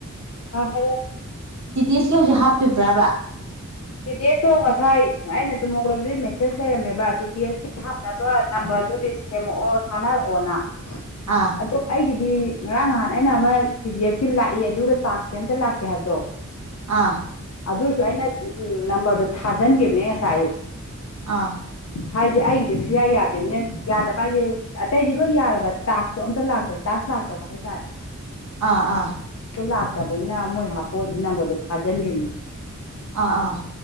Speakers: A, on the left (about 55°); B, on the right (about 65°).
A: ꯑ ꯍꯥꯏꯔꯣꯅꯦ꯫
B: ꯇꯤꯇꯦꯤꯁꯀꯤ ꯍꯧꯖꯤꯛ ꯍꯥꯞꯄꯤꯕ꯭ꯔꯕ
A: ꯇꯤ ꯇꯤ ꯑꯦꯁꯇꯣ ꯉꯁꯥꯏ ꯑꯩꯅ ꯇꯨꯝꯃꯛꯣꯛꯂꯕꯗꯤ ꯃꯦꯁꯦꯖ ꯂꯩꯔꯝꯃꯦꯕ ꯇꯤ ꯇꯤ ꯑꯦꯁ ꯀ ꯍꯥꯞꯅꯕ ꯕꯠ ꯅꯝꯕꯔꯗꯣ ꯂꯤꯁ ꯁꯦꯝꯃꯛꯑꯣ ꯊꯥꯅꯔꯛꯑꯣꯅ
B: ꯑꯥ
A: ꯑꯗꯣ ꯑꯩꯒꯤꯗꯤ ꯉꯔꯥꯡ ꯉꯍꯥꯟ ꯑꯩꯅ ꯑꯃ ꯇꯤ ꯇꯤ ꯑꯦꯁꯀꯤ ꯂꯥꯛꯏ ꯑꯗꯨꯒ ꯇꯥꯛꯁꯇꯤ ꯑꯝꯇ ꯂꯥꯛꯇꯦ ꯍꯥꯏꯕꯗꯣ
B: ꯑꯥ
A: ꯑꯗꯨꯏꯁꯨ ꯑꯩꯅ ꯎꯎꯝ ꯅꯝꯕꯔꯗꯣ ꯊꯥꯖꯤꯟꯒꯤꯕꯅꯦ ꯉꯁꯥꯏ ꯑꯌꯨꯛ
B: ꯑꯥ
A: ꯍꯥꯏꯗꯤ ꯑꯩꯒꯤꯗꯤ ꯁꯨꯡꯌꯥ ꯌꯥꯗ꯭ꯔꯤꯝꯅꯤ ꯌꯥꯗꯕ ꯍꯥꯏꯁꯦ ꯑꯇꯩꯗꯤ ꯂꯣꯏ ꯌꯥꯔꯕ ꯇꯥꯛꯇꯣ ꯑꯝꯇ ꯂꯥꯛꯇꯕ ꯇꯥꯛꯥꯁ ꯂꯥꯛꯇꯕ ꯍꯥꯏꯇꯥꯔꯦ
B: ꯑꯥ ꯑꯥ
A: ꯣ ꯂꯥꯛꯇꯕꯅꯤꯅ ꯃꯣꯏ ꯍꯥꯄꯑꯣꯗ ꯅꯝꯕꯔꯗꯣ ꯊꯥꯖꯤꯟꯈꯤꯕꯅꯦ
B: ꯑꯥ ꯑꯥ